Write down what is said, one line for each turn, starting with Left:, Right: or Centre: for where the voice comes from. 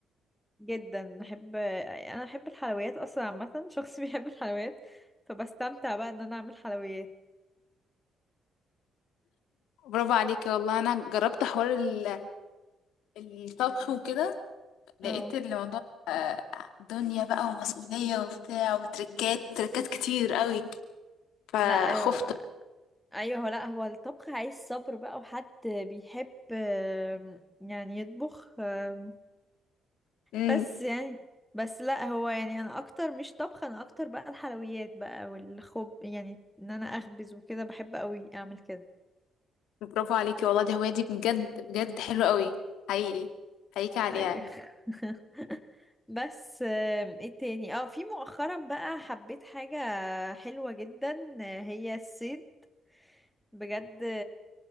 Centre: جدا بحب انا بحب الحلويات اصلا عامه شخص <laughs> بيحب الحلويات فبستمتع بقى ان انا اعمل حلويات
Left: برافو عليكي والله انا جربت حوار ال- الطبخ وكده لقيت
Centre: اه
Left: الموضوع دنيا بقى ومسؤولية وبتاع وتركات تركات كتير قوي فخفت
Centre: لا ايوه ايوه لا هو الطبخ عايز صبر بقى وحد بيحب آم، يعني يطبخ آم،
Left: امم
Centre: بس يعني بس لا هو يعني انا اكتر مش طبخ انا اكتر بقى الحلويات بقى والخب يعني ان انا اخبز وكده بحب قوي اعمل كده
Left: برافو عليكي والله دي هواية دي بجد بجد حلوة قوي حقيقي حقيقي عليها
Centre: ايوه <laughs> بس آم، ايه تاني اه في مؤخرا بقى حبيت حاجة حلوة جدا آه، هي الصيد بجد